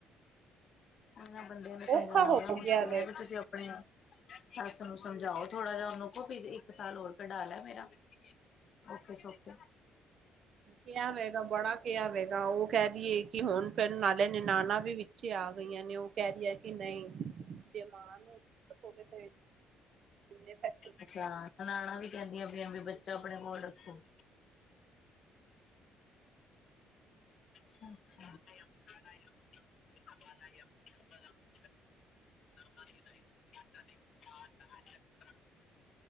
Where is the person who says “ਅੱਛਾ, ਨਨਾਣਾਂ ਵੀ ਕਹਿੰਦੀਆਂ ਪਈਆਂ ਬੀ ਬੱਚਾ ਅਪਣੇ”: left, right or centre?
Left